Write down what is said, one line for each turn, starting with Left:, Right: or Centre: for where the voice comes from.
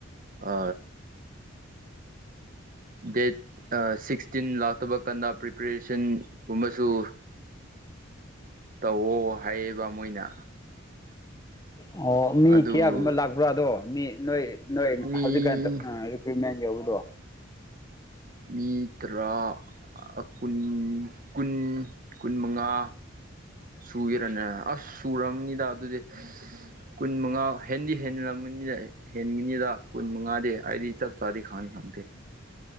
Right: ꯑ ꯗꯦꯠ ꯑ ꯁꯤꯛꯁꯇꯤꯟ ꯂꯥꯛꯇꯕ ꯀꯥꯟꯗ ꯄ꯭ꯔꯤꯄꯦꯔꯦꯁꯟ ꯒꯨꯝꯕꯁꯨ ꯇꯧꯋꯣ ꯍꯥꯏꯌꯦꯕ ꯃꯣꯏꯅ
Left: ꯑꯣ ꯃꯤ
Right: ꯑꯗꯨ
Left: ꯀ꯭ꯌꯥꯒꯨꯝꯕ ꯂꯥꯛꯄ꯭ꯔꯥꯗꯣ ꯃꯤ ꯅꯣꯏ ꯅꯣꯏ
Right: ꯃꯤ
Left: ꯍꯧꯖꯤꯛꯀꯥꯟ ꯇꯧ ꯑ ꯀ꯭ꯔꯤꯝꯃꯦꯟ ꯌꯥꯎꯕꯗꯣ
Right: ꯃꯤ ꯇ꯭ꯔꯥ ꯑ ꯀꯨꯟ ꯀꯨꯟ ꯀꯨꯟꯃꯉꯥ ꯁꯨꯒꯦꯔꯅꯦ ꯑꯁ ꯁꯨꯔꯝꯅꯤꯗ ꯑꯗꯨꯗꯤ ꯀꯨꯟꯃꯉꯥ ꯍꯦꯟꯗꯤ ꯍꯦꯟꯅꯔꯝꯃꯅꯤꯗ ꯑꯦ ꯍꯦꯟꯒꯅꯤꯗ ꯀꯨꯟ ꯃꯉꯥꯗꯤ ꯑꯩꯗꯤ ꯆꯞ ꯆꯥꯗꯤ ꯈꯪꯗꯤ ꯈꯪꯗꯦ